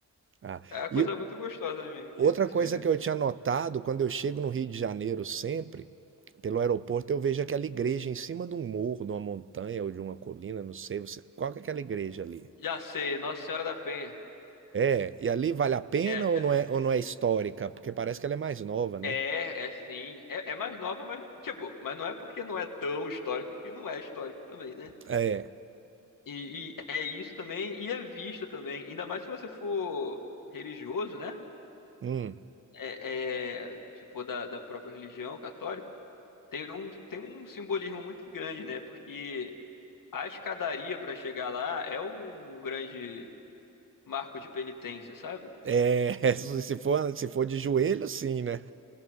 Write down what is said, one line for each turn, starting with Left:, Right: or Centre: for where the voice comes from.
Right: ah.
Left: É uma
Right: E
Left: coisa muito gostosa mesmo de
Right: outra
Left: se
Right: coisa
Left: viver.
Right: que eu tinha notado, quando eu chego no Rio de Janeiro sempre, pelo aeroporto, eu vejo aquela igreja em cima de um morro, de uma montanha ou de uma colina, não sei, você, qual que é aquela igreja ali?
Left: Já sei, Nossa Senhora da Penha.
Right: É, e ali vale a pena
Left: É,
Right: ou não é, ou não é histórica? Porque parece que ela é mais nova, né?
Left: É, é sim. É, é mais nova, mas, tipo, mas não é porque não é tão histórico que não é histórico também, né?
Right: É,
Left: E, e é isso também, e a vista também. Ainda mais se você for religioso, né?
Right: hum,
Left: É, é, se for da, da própria religião católica, tem um, tem um simbolismo muito grande, né? Porque a escadaria para chegar lá é um grande marco de penitência, sabe?
Right: é, <laughs> se for, se for de joelho, sim, né?